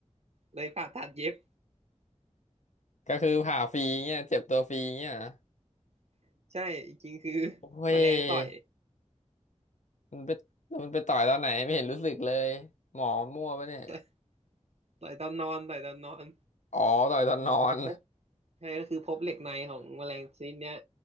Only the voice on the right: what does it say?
เลยผ่าตัดเย็บ
<laughs> ใช่จริงๆคือ
แมลงต่อย
ต่อยต่อยตอนนอนต่อยตอนนอน
พบ ใช่ก็คือพบเหล็กในของแมลงชนิดเนี้ย